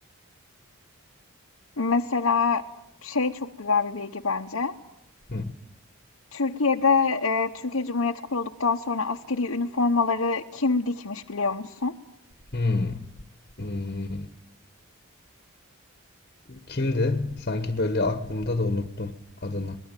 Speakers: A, on the left; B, on the left.
A: mesela şey çok güzel bir bilgi bence.
B: Hı.
A: Türkiye'de e, Türkiye Cumhuriyeti kurulduktan sonra askeri üniformaları kim dikmiş biliyor musun?
B: Hmm, hmm. Kimdi? Sanki böyle aklımda da unuttum adını.